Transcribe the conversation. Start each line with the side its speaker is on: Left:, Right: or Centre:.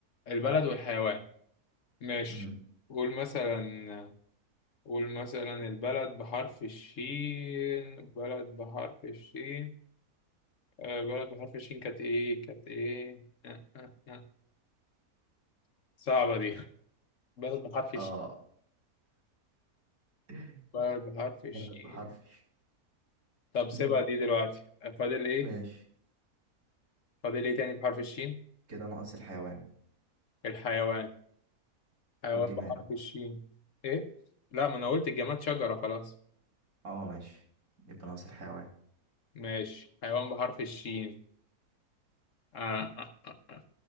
Left: البلد والحيوان ماشي
Right: امم
Left: قول مثلا قول مثلا البلد بحرف الشين بلد بحرف الشين آه بلد بحرف الشين كانت إيه؟ كانت إيه؟ آه آه آه. صعبة دي بلد بحرف الشين
Right: اه <laughs>
Left: بلد بحرف الشين
Right: ثلاث بحرف
Left: طب سيبها
Right: امم
Left: دي دلوقتي فاضل إيه؟
Right: ماشي
Left: فاضل إيه تاني بحرف الشين؟
Right: كده ناقص الحيوان
Left: الحيوان حيوان
Right: والجماد
Left: بحرف الشين ايه لا ما انا قلت الجماد شجرة خلاص
Right: اه ماشي يبقى ناقص الحيوان
Left: ماشي حيوان بحرف الشين آه آه آه.